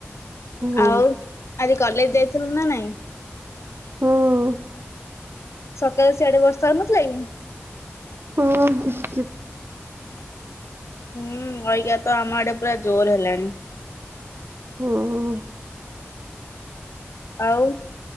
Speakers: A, on the right (about 60°); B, on the left (about 85°).
A: ହୁଁ
B: ଆଉ ଆଜି କଲେଜ ଯାଇଥିଲୁ ନା ନାଇଁ?
A: ହୁଁ।
B: ସକାଳେ ସିଆଡେ ବର୍ଷା ହୋଉନଥିଲା କି?
A: ହୁଁ ଖୁସ୍ ସିପ୍।
B: ହୁଁ ଅଇକାତ ଆମ ଆଡେ ପୁରା ଜୋରେ ହେଲାଣି।
A: ହୁଁ।
B: ଆଉ